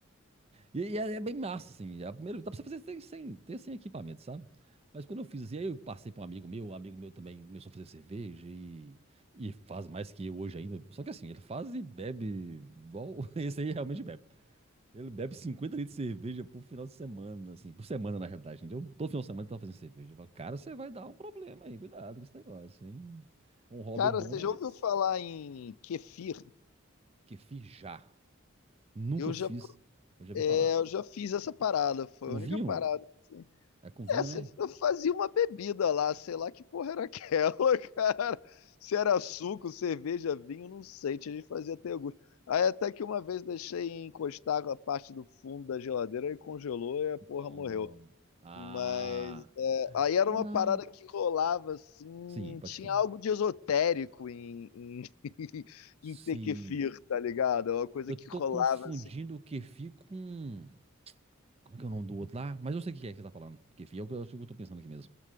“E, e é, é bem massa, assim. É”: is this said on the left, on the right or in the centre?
Right